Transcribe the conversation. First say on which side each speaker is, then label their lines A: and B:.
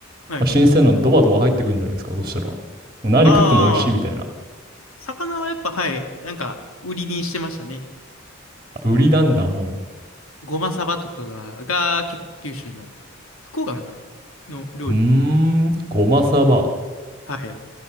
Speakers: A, on the left; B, on the right.
A: はい。
B: あ新鮮なのドバドバ入ってくるんじゃないですか。そしたら、もう何食っても美味しいみたいな。
A: ああ、魚はやっぱ、はい。なんか、売りにしてましたね。
B: 売りなんだ、もう。
A: ごまさばとかが、が結構九州の、福岡なんかなの料理。
B: うーん、ごまさば。
A: はい。